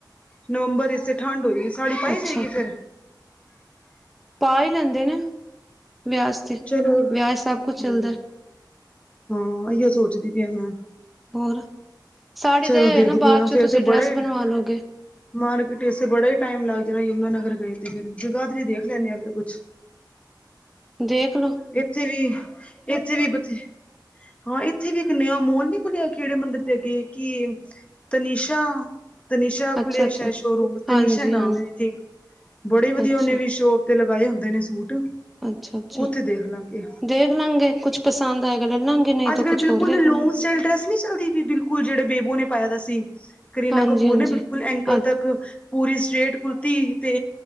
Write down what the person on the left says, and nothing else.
ਨਵੰਬਰ ਇਸੇ ਠੰਡ ਹੋਏਗੀ ਸਾੜੀ
ਪਾਈ
ਜਾਏਗੀ ਫਿਰ
ਜ਼ਰੂਰ
ਹਾਂ
ਹਾਂ ਇਹੀਓ ਸੋਚਦੀ ਪ ਆ ਮੈਂ
ਚਲੋ
ਦੇਖਦੀ
ਹਾਂ
ਫੇਰ
ਤੇ
ਬੜਾ ਹੀ
ਮਾਰਕੀਟ ਇਸੇ ਬੜਾ ਹੀ ਟਾਈਮ ਲੱਗ ਜਾਣਾ ਯਮੁਨਾਾਨਗਰ ਗਏ ਤੇ ਫਿਰ ਜਗਾ ਤੇਰੀ ਦੇਖ ਲੈਂਦੇ ਹਾਂ ਫਿਰ ਕੁਛ
ਇੱਥੇ ਵੀ ਇੱਥੇ ਵੀ ਬਥੇ ਹਾਂ ਇੱਥੇ ਵੀ ਇੱਕ ਨਵ ਮੋਲ ਨੀ ਖੁੱਲਿਆ ਖੇੜੇ ਮੰਦਿਰ ਤੇ ਅੱਗੇ ਕਿ ਤ ਨਿਸ਼ਾ ਤਨੀਸ਼ਾ
ਖੁੱਲਿਆ
ਸ਼ਾਇਦ ਸ਼ੋਰੂਮ ਤਨੀਸ਼ਾ
ਨ ਆਈ
ਥਿੰਕ ਬੜੇ ਵਧੀਆ
ਉਹਨੇ ਵੀ ਸ਼ੋ ਤੇ ਲਗਾਏ ਹੁੰਦੇ ਨੇ ਸੂਟ
ਉੱਥੇ ਦੇਖ ਲਾਂਗੇ
ਅੱਜ
ਕੱਲ
ਬਿਲਕੁਲ
ਲੌਗ
ਸਟਾਈਲ ਡਰੈਸ ਵਿੱਚ ਚਲਦੀ ਵੀ ਬਿਲਕੁਲ ਜਿਹੜੇ ਬੇਬੋ ਨੇ ਪਾਇਆ ਦਾ ਸੀ ਕਰੀਨਾ
ਕਪੂਰ
ਨੇ ਬਿਲਕੁਲ ਐਂਕਲ
ਤੱਕ ਪੂਰੀ ਸਟ੍ਰਰੇਟ ਕੁੜਤੀ ਅਤੇ